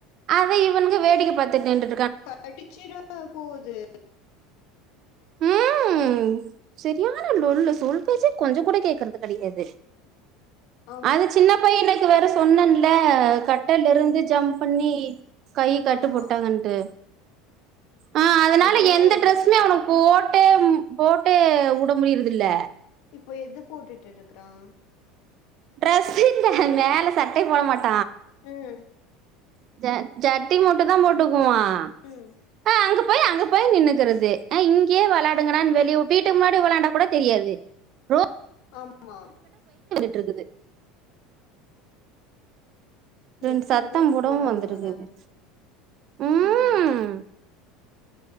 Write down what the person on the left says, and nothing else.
கடிச்சிற போது
ஆமா
ம்
ஆமா
அது வேற
இப்ப எது போட்டுட்டு இருக்றான்
உம்
ம்
ஆமா
எத்தன
பேரு
போறாங்க
வராங்க
ம்